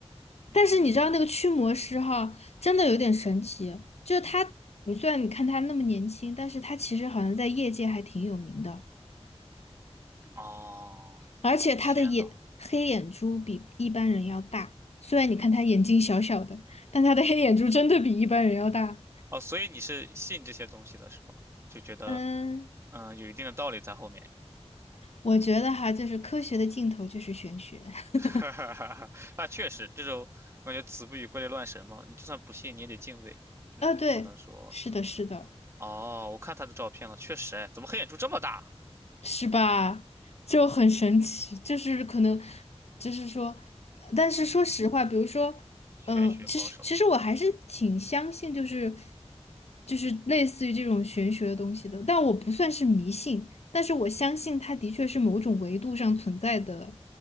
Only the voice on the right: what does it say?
嗯，
哦，
天呐，
哦，所以你是信这些东西的是吗？就觉得
嗯有一定的道理在后面。
<laughs> 哈哈哈哈，啊，确实，这种我感觉“子不语怪力乱神”嘛，你就算不信，你也得敬畏，就是不能说
哦，我看他的照片了，确实，哎，怎么黑眼珠这么大？
嗯，
玄学高手们，